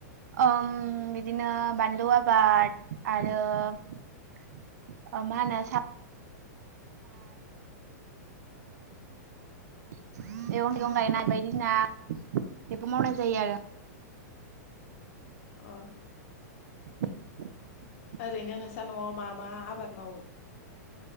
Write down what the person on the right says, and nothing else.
ओम बिदिनो बानलु आबाद आरो <unintelligible> आरो मैगं थाइगं गायनाय बायदिना बेबो मावनाय जायो आरो।
<inaudible>